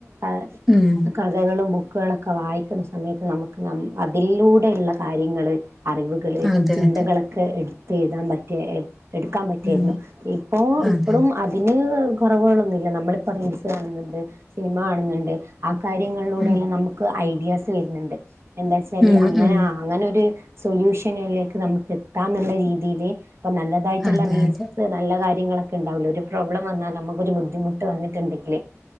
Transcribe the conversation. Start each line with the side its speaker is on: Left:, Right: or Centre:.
Right: അ
Centre: ഉം
Right: കഥകളും ഒ ബുക്കോളൊക്കെ വായിക്കുന്ന സമയത്ത് നമുക്ക് ന അതിലൂടെയുള്ള കാര്യങ്ങള് അറിവുകള്
Centre: അതെ
Right: ചിന്തകളൊക്കെ
Centre: അതെ
Right: എടുത്ത് എഴുതാൻ പറ്റിയേ എ എടുക്കാൻ പറ്റിയേരുന്നു
Centre: ഉം
Right: ഇപ്പോ
Centre: അതെ
Right: ഇപ്പളും അതിന് കുറവുകളൊന്നില്ല നമ്മള് ഇപ്പ റീൽസ് കാണുന്നുണ്ട് സിനിമ കാണുന്നുണ്ട് ആ കാര്യങ്ങളിലൂടെയെല്ലാം
Centre: ഉം
Right: നമുക്ക് ഐഡിയാസ് വരുന്നുണ്ട് എന്താ ച്ചാല്
Centre: ഉം
Right: അങ്ങന
Centre: ഉം
Right: അങ്ങനൊര് സൊലൂഷനിലേക്ക് നമുക്ക് എത്താം എന്നുള്ള രീതിയില് അപ്പൊ നല്ലതായിട്ടുള്ള
Centre: അതെ
Right: റീൽസ്
Centre: അതെ
Right: നല്ലാ കാര്യങ്ങളൊക്ക ഇണ്ടാവൂലേ ഒരു പ്രോബ്ലംവാന്നാൽ നമുക്കൊരു ബുദ്ധിമുട്ട് വന്നി റ്റ്ണ്ടങ്കില്